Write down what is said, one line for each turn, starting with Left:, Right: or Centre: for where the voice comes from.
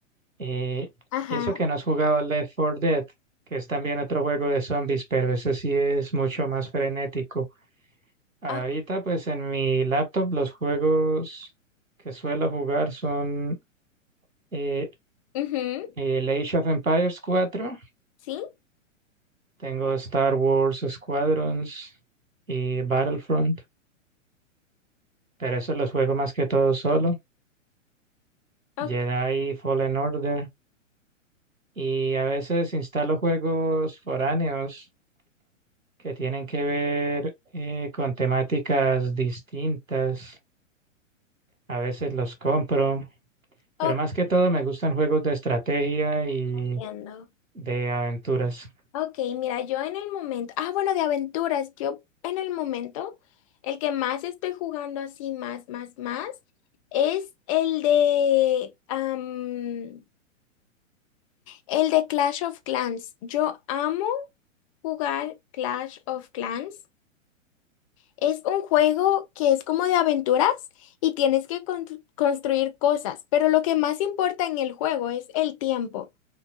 Right: Eh,
Left: Ajá.
Right: Y eso que no has jugado Left 4 Dead, que es también otro juego de zombies, pero ese sí es mucho más frenético. Ahorita,
Left: Ah,
Right: pues en mi laptop, los juegos que suelo jugar son eh,
Left: ujú,
Right: el Age of Empires cuatro,
Left: Sí,
Right: tengo Star Wars Squadrons y Battlefront, pero eso los juego más que todo solo.
Left: ok,
Right: Jedi Fallen Order y a veces instalo juegos foráneos que tienen que ver eh, con temáticas distintas. A veces los compro, pero
Left: ok,
Right: más que todo me gustan juegos de estrategia y
Left: entiendo.
Right: de aventuras.
Left: Ok, mira, yo en el momento, ah, bueno, de aventuras, yo en el momento, el que más estoy jugando así, más, más, más, es el de, am, el de Clash of Clans. Yo amo jugar Clash of Clans. Es un juego que es como de aventuras y tienes que constru- construir cosas, pero lo que más importa en el juego es el tiempo.